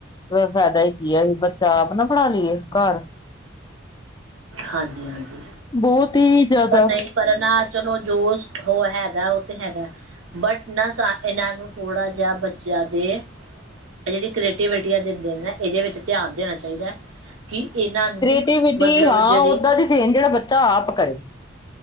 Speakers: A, on the left; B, on the right.
A: ਫਾਇਦਾ ਹੀ ਕੀ, ਇਹ ਆਸੀ ਬੱਚਾ ਆਪ ਨਾ ਪੜ੍ਹਾ ਲਈਏ ਘਰ।
B: ਹਾਂਜੀ-ਹਾਂਜੀ।
A: ਬਹੁਤ ਹੀ ਜ਼ਿਆਦਾ
B: ਪਰ ਨਹੀਂ ਪਰ ਨਾ ਚਲੋ ਜੋ ਹੋ ਹੈਗਾ, ਉਹ ਤੇ ਹੈਗਾ। ਬਟ ਨਾ ਸਾਫ ਇਹਨਾਂ ਨੂੰ। ਥੋੜਾ ਜਿਹਾ ਬੱਚਿਆਂ ਦੇ ਜਿਹੜੀ ਕ੍ਰੀਏਟਿਵਿਟੀਆ ਦਿਨਦੇ ਨੇ, ਏਹਦੇ ਵਿੱਚ ਧਿਆਨ ਦੇਣਾ ਚਾਹੀਦਾ ਹੈ ਕਿ ਇਹਨਾਂ ਨੂੰ
A: ਕ੍ਰੀਏਟੀਵਿਟੀ
B: ਮਤਲਬ
A: ਹਾਂ
B: ਜਿਹੜੀ
A: ਓਦਾਂ ਦੀ ਦੇਣ, ਜਿਹੜਾ ਬੱਚਾ ਆਪ ਕਰੇ।